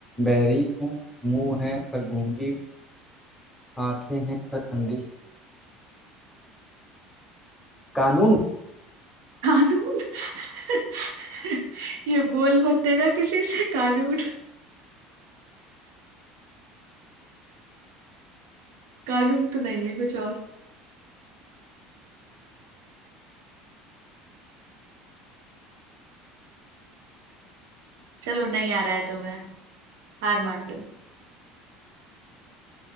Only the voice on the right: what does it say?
कानून <laughs> ये बोल मत देना किसी से कानून कानून तो नहीं है कुछ और चलो नहीं आ रहा है तुम्हें हार मान लो